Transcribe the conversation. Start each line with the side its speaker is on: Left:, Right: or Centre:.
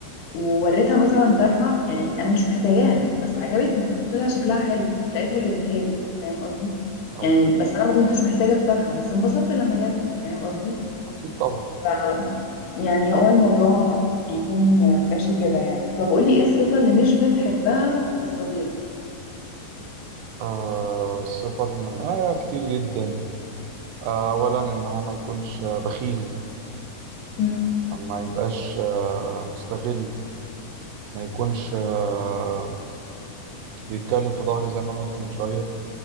Left: ووريتها مثلا طرحة يعني أنا مش محتاجاها بس عجبتني قلت لها شكلها حلو لقيتها جابتها لي فاهم قصدي
Right: ايوه
Left: يعني بس أنا ما كنتش محتاجة الطرحة بس انبسطت لما جات لي فاهم قصدي
Right: اكيد طبعا
Left: ف يعني هو الموضوع بيكون ماشي كده يعني طب قولي ايه الصفة اللي مش بتحبها في الصديق
Right: آه الصفه اللي من... آه كتير جدا آه اولا ان هو ما يكونش آه، بخيل
Left: مم.
Right: ما يبقاش آه مستغل ما يكونش آه بيتكلم في ظهري زي ما انا قلت من شويه